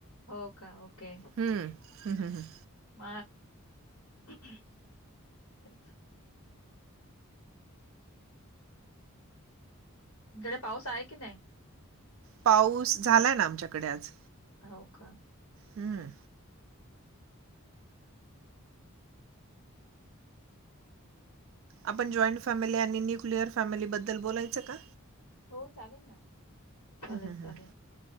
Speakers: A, on the left; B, on the right.
A: हो का? ओके.
B: हम्म हं हं ह.
A: म <unintelligible> तेच तुमच्याकडे पाऊस आहे की नाही?
B: पाऊस झालाय ना आमच्याकडे आज.
A: हो का ओके.
B: हं. आपण जॉइंट फॅमिली आणि न्यूक्लिअर फॅमिलीबद्दल बोलायचं का?
A: हो चालेल ना चालेल
B: हं, हं.
A: चालेल.